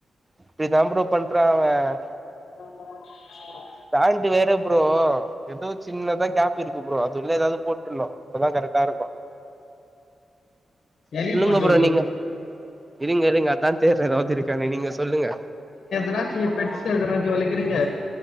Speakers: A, on the right (about 20°); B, on the left (about 70°).
A: இப்டிதா ப்ரோ பண்றா அவன்
B: உ <inaudible>
A: பேண்ட்டு வேற ப்ரோ எதோ சின்னதா கேப் இருக்கு ப்ரோ அது உள்ள எதாவது போட்ரணு அப்பதா கரெக்டா இருக்கு
B: எலி
A: சொல்லுங்க
B: போட்டு
A: ப்ரோ
B: உட்ரு
A: நீங்க இருங்க இருங்க அதா தேட்றே எதாவது இருக்கானு நீங்க சொல்லுங்க
B: எதாச்சு பெட்ஸ் எதுனாச்சு வளக்கிறீங்க